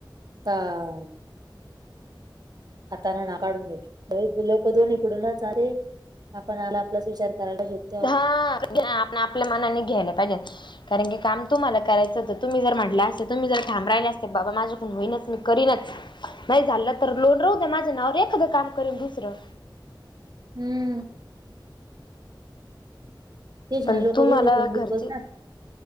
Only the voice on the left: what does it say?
हा <unintelligible> आपणा आपल्या मनानी घ्यायला पाहिजेल. कारण की, काम तुम्हाला करायचं होत. तुम्ही जर म्हटलं असत्या तुम्ही जर ठाम राहिले असते बाबा माझ्याकडून होईनच मी करीनच नाही झालं तर लोड राहू द्या माझ्या नावावर एखादं काम करीन दुसरं.
पण
तूम्हाला
घरची